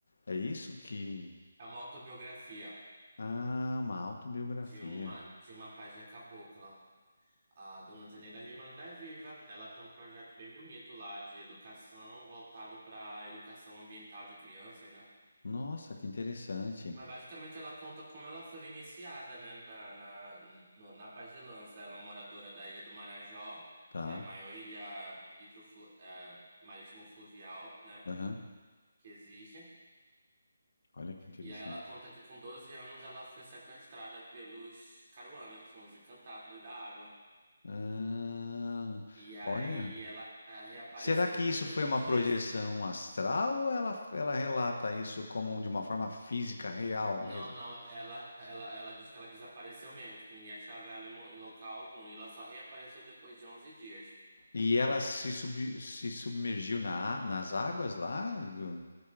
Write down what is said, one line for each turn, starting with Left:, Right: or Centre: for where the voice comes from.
Left: É isso que.
Right: É uma autobiografia
Left: Ah, uma autobiografia.
Right: de uma de uma pajé cabocla. A dona Zeneida Lima ainda é viva. Ela tem um projeto bem bonito lá de educação voltado para educação ambiental de crianças, né?
Left: Nossa, que interessante.
Right: Mas basicamente ela conta como ela foi iniciada, né, na, na, no- na pajelança. Ela é moradora da Ilha do Marajó,
Left: Tá.
Right: que é a maior ilha hidroflu, eh, marítimo-fluvial, né,
Left: Aham.
Right: que existe.
Left: Olha que interessante.
Right: E aí ela conta que com 12 anos ela foi sequestrada pelos Caruanas, que são os encantados da água.
Left: Ah,
Right: E aí
Left: olha.
Right: ela reapareceu
Left: Será que
Right: depois
Left: isso
Right: de alguns
Left: foi uma
Right: dias.
Left: projeção astral ou ela, ela relata isso como de uma forma física real mesmo?
Right: Não, não, ela, ela, ela disse que ela desapareceu mesmo, tipo, ninguém achava ela em mo- em local algum. E ela só reapareceu depois de onze dias.
Left: E ela se, sub, se submergiu na, a- nas águas lá? do-